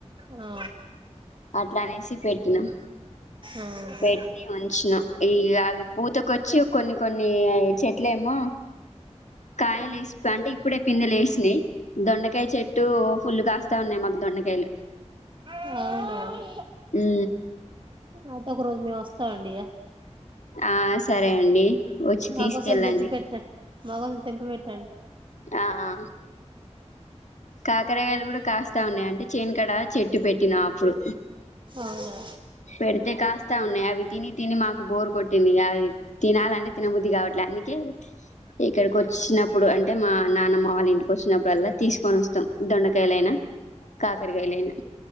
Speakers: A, on the right; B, on the left.
A: ఆ
B: అట్లా అనేసి పెట్టినాం
A: ఆహా
B: పెట్టి ఉంచినా ఇగ అవి పూతకొచ్చి కొన్ని కొన్ని చెట్లేమో కాయలేసి అంటే ఇప్పుడే పింద లేశినయి దొండకాయ చెట్టు ఫుల్లు కాస్తా ఉన్నాయి మాకు దొండకాయలు
A: ఆ అవునా
B: హు
A: అయితే మేము వస్తామండి ఇగ
B: ఆ సరే అండి వచ్చి
A: మాకోసం
B: తీసుకెళ్ళండి
A: తెంపి పెట్టన్ మాకోసం తెంపి పెట్ టన్
B: ఆ ఆ కాకరగాయలు కూడా కాస్తా ఉన్నాయి అంటే చేనుకాడ చెట్టు పెట్టినా అప్పుడు
A: అవునా
B: పెడితే కాస్తా ఉన్నాయి అవి తిని తిని మాకు బోర్ కొట్టింది ఇగ అవి తినాలంటే తినబుద్ది కావట్లే అందుకే ఇక్కడికి వచ్చినప్పుడు అన్ టే మా నానమ్మ వాళ్ళ ఇంటికొచ్చినప్పుడల్లా తీసుకొని వస్తాం దొండకాయలైనా కాకరకాయలైనా